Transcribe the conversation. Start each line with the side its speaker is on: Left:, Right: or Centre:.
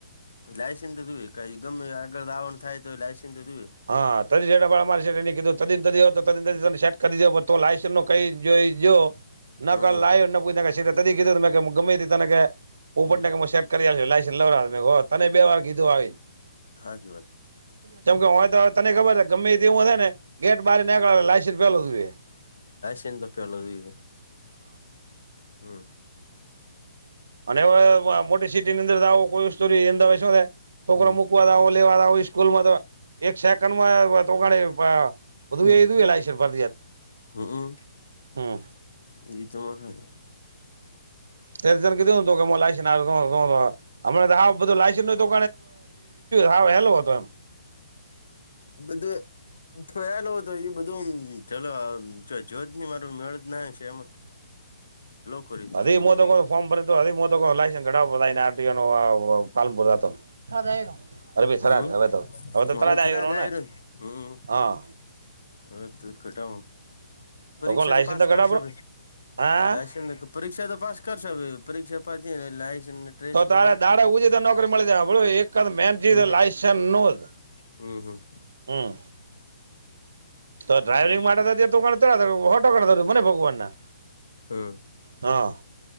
Left: લાયસન્સ જોુવે કઈ ગમે આગળ રાવણ થાય તો લાયસન્સ દુવે
Right: હા ત રેડાા મારી એ કીધું ત તો ત શેટ કરી દે લાય ન કઈ જોઈ જો ન
Left: હમ
Right: ક લાય્યો ત કીધું <unintelligible> <inaudible> ઉપપટનગર
Left: હમ
Right: માં સેટ કરી્યા લાયસ લાવ મે તને બે વાર કીધું આવીને.
Left: હા <unintelligible>
Right: કેમ કે હય તો તને ખબર છે ગમે તે એવું ને ગેટ બહાર નીકળે લાયન્સ પેલું જુવે.
Left: <unintelligible> હમ.
Right: અને હવે મોટી સિટી ની અંદર આવો કોઈ શ છોકરા
Left: હમ
Right: મુકવા દવો લેવા દવો સ્કૂલમાં તો એક સેકન્ડ માં તો બધું એ <inaudible> ફરજીયાત.
Left: હમ હમ
Right: હમ.
Left: એ તો <unintelligible>
Right: તે તને કીધું હતું લાઇસન. <unintelligible> હમણા તો હાવ બધું લાયસન્સ તો હ હેલો હતો એમ.
Left: બધું જોયાલ હો તો એ બધું ચલો જો જ નહી માર મેળ જ ના શમન લો કર પછી
Right: હજી
Left: એમને.
Right: <unintelligible> <inaudible>
Left: હમ
Right: હવે તો હવે તો થરાદ
Left: થરા
Right: આવ્યો રહ્યો ને
Left: <unintelligible> હમ હમ.
Right: હા
Left: અ વેત ઘટ પરીક્ષા
Right: કોણ લાયસન્સ
Left: તો પાસ
Right: કઢાવ
Left: કરશો
Right: હા
Left: લાઇસન પરીક્ષા તો પાસ કર સ પરીક્ષા પાસ લાઈસન ટ્રેસ તો
Right: તારે દાડે ઉજે તો નોકરી મળી જાય બોલો એક જ મેન ચીજ
Left: હમ.
Right: લાયસન્સ નો જ
Left: હમ હમ.
Right: હમ. તો ડ્રાઈવિંગ
Left: હમ
Right: માટે <unintelligible> હોટો મને ભગવાન ના?
Left: હમ
Right: હા.